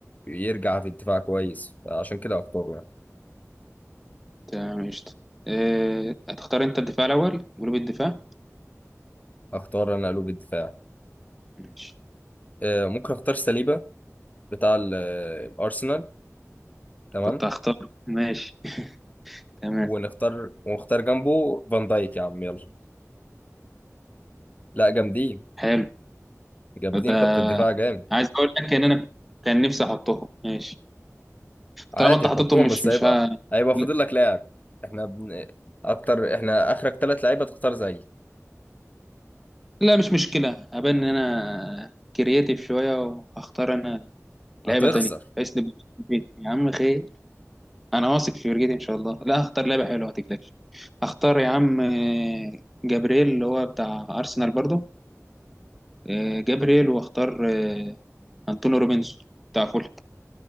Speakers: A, on the left; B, in the centre.
A: يرجع في الدفاع كويس فعشان كده اختاره يعني
B: تمام قشطة إيه، هتختار انت الدفاع الاول جروب الدفاع
A: اختار انا قلوب الدفاع
B: ماشي
A: آه، ممكن اختار سليبة بتاع ال- آه، الارسنال تمام
B: كنت هختار ماشي <laughs> تمام
A: ونختار ونختار جنبه فان دايك يا عم يلا لا جامدين
B: حلو
A: جامدين
B: ده
A: خط الدفاع جامد
B: عايز اقول لك ان انا كان نفسي احطهم ماشي
A: عادي
B: طالما انت حطيتهم
A: حطهم
B: مش
A: بس
B: مش
A: هيبقى
B: ها
A: هيبقى فاضل
B: لا
A: لك لاعب احنا بن... اكتر احنا اخرك ثلاث لعيبه تختار زيي
B: لا، مش مشكلة هبان ان انا كرياتيف شوية وهختار انا لعيبة
A: هتخسر
B: تانية بحيث نبقى يا عم خير انا واثق في فرجتي ان شاء الله لا هختار لعبه حلوه ما تقلقش هختار يا عم آه، جابرييل اللي هو بتاع ارسنال برضو آه، جابرييل واختار آه، انطونيو روبنسون بتاع فول